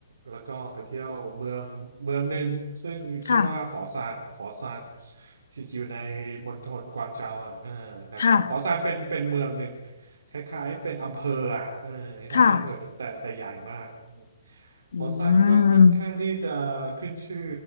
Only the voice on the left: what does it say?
ค่ะ
ค่ะ
ค่ะอื
ม